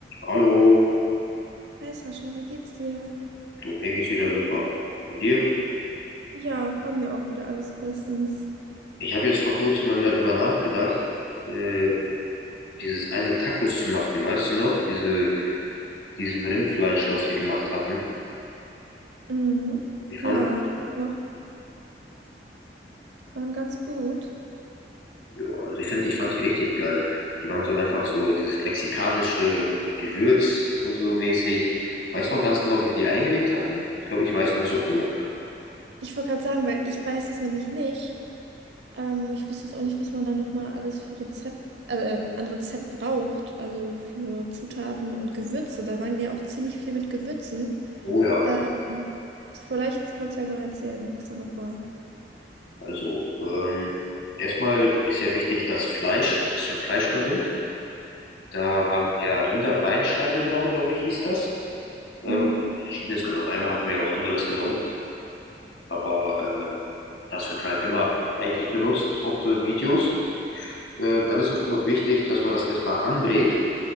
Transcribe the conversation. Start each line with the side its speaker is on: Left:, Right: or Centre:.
Left: Hallo,
Right: Hi Sascha, wie geht's dir?
Left: du, mir geht's wieder super. Und dir?
Right: Ja, bei mir auch wieder alles bestens.
Left: Ich habe jetzt vor kurzem mal wieder drüber nachgedacht, äh, dieses eine Tacos zu machen, weißt du noch? Diese, diesen Rindfleisch, was wir gemacht hatten.
Right: Mhm.
Left: Ich fand,
Right: Ja, ich weiß noch, die waren ganz gut.
Left: ja, also ich finde, ich fand die richtig geil. Die waren so einfach so dieses mexikanische Gewürz und so mäßig. Weißt du noch ganz genau, wie wir die eingelegt hatten? Ich glaube, ich weiß noch so grob.
Right: Ich wollte gerade sagen, weil ich weiß es nämlich nicht. Ähm, ich wüsste jetzt auch nicht, was man da nochmal alles für Rezept, äh, äh, an Rezept braucht, also für Zutaten und Gewürze. Da waren ja auch ziemlich viel mit Gewürzen.
Left: Oh ja,
Right: Ähm, vielleicht kannst du ja mal erzählen, was da noch war.
Left: also ähm, erstmal ist ja wichtig das Fleisch, was für ein Fleisch man nimmt. Da haben wir Rinderbeinscheibe genommen, glaube ich, hieß das. Ähm,
Right: Mhm.
Left: verschiedenes genommen. Einmal hatten wir auch anderes genommen, aber äh, das wird halt immer eigentlich benutzt, auch so in Videos. Äh, dann ist auf jeden Fall wichtig, dass man das erstmal anbrät